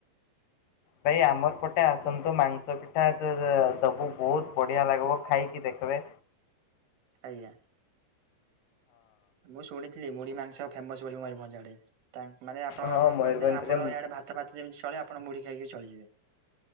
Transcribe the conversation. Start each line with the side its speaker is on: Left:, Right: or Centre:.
Left: ଭାଇ ଆମର ପଟେ ଆସନ୍ତୁ ମାଂସ ପିଠା ଦବୁ। ବହୁତ ବଢ଼ିଆ ଲାଗ୍ବ ଖାଇକି ଦେଖ୍। ବେ
Right: ଆଜ୍ଞା। ମୁଁ ଶୁଣିଥିଲି ମୁଢି ମାଂସ ଫେମସ୍ ବୋଲି ମୟୁର୍ ଭଞ୍ଜଆଡ଼େ। ତା ମାନେ ଆପଣଙ୍କର
Left: ହଁ
Right: କଣ
Left: ମୟୂରଭଞ୍ଜରେ
Right: କୁନ୍ତି ନା ଆମର ଇଆଡେ ଭାତ ଫାତ ଯେମିତି ଚଳେ ଆପଣ ମୁଢି ଖାଇକି ଚଳିଯିବେ।